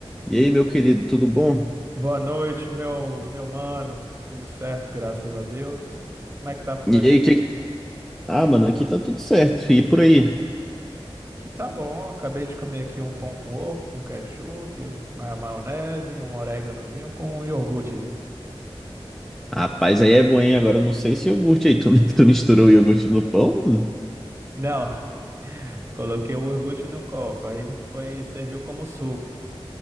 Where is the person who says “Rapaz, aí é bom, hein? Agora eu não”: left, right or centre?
Centre